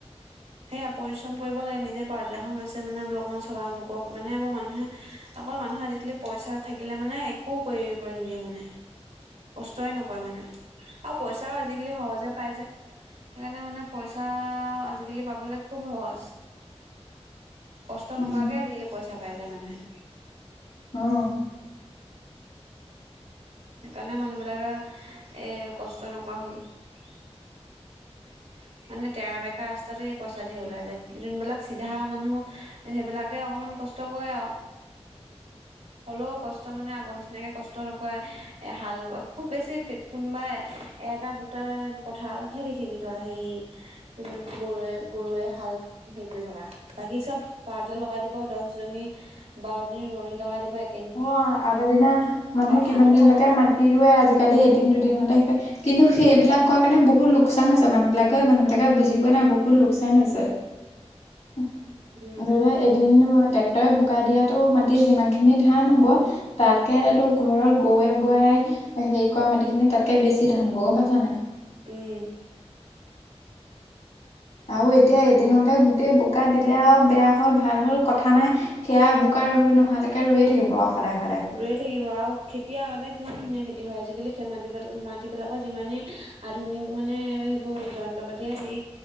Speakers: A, on the right; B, on the left.
A: সেইয়া পৰিশ্ৰম কৰিব লাগে নিজে পাৱাৰটিলা খন লৈছে মানে বোলে অকমান চলায় আনলো। মানে এইবোৰ মানুহে ই আহ্ অকল মানুহে আজিকালি পইচা থাকিলে মানে এক একো কৰিব নিদিয়ে মানে কষ্টই নকৰে মানে আৰু পইচাও আজিকালি সহজে পায় যে। সেইকাৰণে মানে পইচাআআআ আজিকালি পাব মানে খুব সহজ, কষ্ট
B: উম
A: নকৰাকে আজিকালি পইচা পাই যায় মানুহে।
B: অ অ অ চু।
A: সেইকাৰণে মানুহবিলাকে এহ্ হে কষ্ট নকৰা হল চিউ চিউ। মানে তেৰা বেকা ৰাস্তাতে। পইচা দি ওলাই যায়। যোনবিলাক চিধা মানুহ ইহ আ সেইবিলাকে অকণমান কষ্ট কৰে আৰু হ'লেও কষ্ট মানে আগৰ নিচিনাকে কষ্ট নকৰে। হে হে হে এ হাল ব খুব বেছি কোনোবা এটা দুটা পথাৰতহে দেখিবি তই সেই ই ই ইহ্ আ কি বুলি ক গৰুৱে গৰুৱে হাল হেৰি কৰি থকা বাকী চব পাৱাৰটিলা লগাই দিব দহজনী ইহ আ আ বাৰজনী ৰোৱনী লগাই দিব এক
B: অ অ অ আগৰ দিনা মানুহে কিমান
A: ধানো
B: দিনলৈকে
A: ভাল নহয়
B: মাট তিৰুৱে আজিকালি এদিন দুদিনতে শিকায় কিন্তু সেইবিলাক কোৱাৰ কাৰণে বহুত লোকচান আছে মানুহবিলাক কি কয় মানুহবিলাকে বুজি পোৱা নাই বহুত লোকচান আছে। উমহ
A: উম
B: দেউতাই এদিন ট্ৰেক্টৰে বোকাই দিয়াতো মাটি যিমানখিনি ধান হব ইহ্ আ তাতকে টো ঘৰৰ গৰুৱে বোৱাই ইহ্ আ হেৰি কৰা মাটিখিনি তাতকে বেছি ধান হ'ব গম পাইছা নাই?
A: উম উ উ।
B: আৰু এতিয়া এদিনতে গোটেই বোকা দিলে আৰু বেয়া হল ভাল হল কথা নাই ইহ্ আ সেয়া বোকা ৰুই নোহালৈকে ৰুয়ে থাকিব সদায় সদায়।
A: ৰোঁয়ে থাকিব আৰু খেতি আগতে কিমান ধুনীয়া খেতি হয় আজিকালি খে মাটিবিল মাটিবিলাকৰ যিমানেই ইহ্ আ আধুনিক মানে সেইবোৰ যন্ত্ৰ পাতিৰে সেই